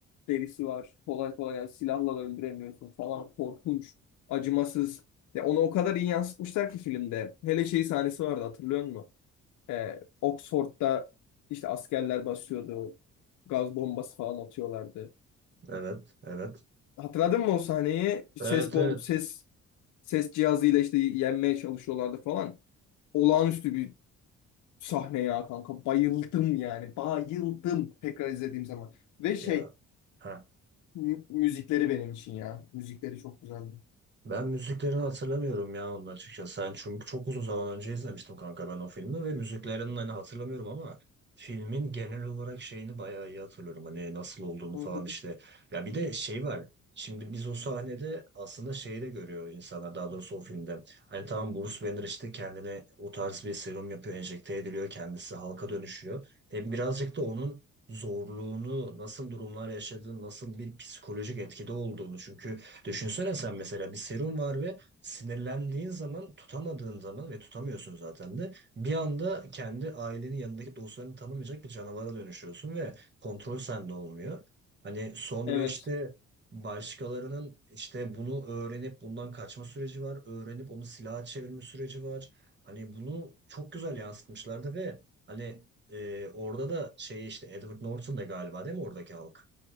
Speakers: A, on the left; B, on the right.
A: derisi var. Kolay kolay yani silahla da öldüremiyorsun falan. Korkunç, acımasız. Ya onu o kadar iyi yansıtmışlar ki filmde. Hele şey sahnesi vardı hatırlıyor musun? Ee, Oxford'da işte askerler basıyordu. Gaz bombası falan atıyorlardı.
B: Evet evet.
A: Hatırladın mı o sahneyi?
B: Evet
A: Ses bom
B: evet.
A: ses ses cihazıyla işte yenmeye çalışıyorlardı falan. Olağanüstü bir sahne ya kanka. Bayıldım yani. Bayıldım tekrar izlediğim zaman. Ve şey
B: Ya ha.
A: Mü- müzikleri benim için ya. Müzikleri çok güzeldi.
B: Ben müziklerini hatırlamıyorum ya onun açıkçası. Sen çünkü çok uzun zaman önce izlemiştim kanka ben o filmi ve müziklerini hani hatırlamıyorum ama filmin genel olarak şeyini bayağı iyi hatırlıyorum. Hani nasıl olduğunu
A: Hı
B: falan
A: hı.
B: işte. Ya bir de şey var. Şimdi biz o sahnede aslında şeyi de görüyor insanlar daha doğrusu o filmde. Hani tamam Bruce Banner işte kendine o tarz bir serum yapıyor, enjekte ediliyor, kendisi halka dönüşüyor. Hem birazcık da onun zorluğunu, nasıl durumlar yaşadığını, nasıl bir psikolojik etkide olduğunu çünkü Düşünsene sen mesela bir serum var ve sinirlendiğin zaman, tutamadığın zaman ve tutamıyorsun zaten de bir anda kendi ailenin yanındaki dostlarını tanımayacak bir canavara dönüşüyorsun ve kontrol sende olmuyor. Hani sonra
A: Evet.
B: işte başkalarının işte bunu öğrenip bundan kaçma süreci var, öğrenip onu silaha çevirme süreci var. Hani bunu çok güzel yansıtmışlardı ve hani e, orada da şey işte Edward Norton da galiba değil mi oradaki halk?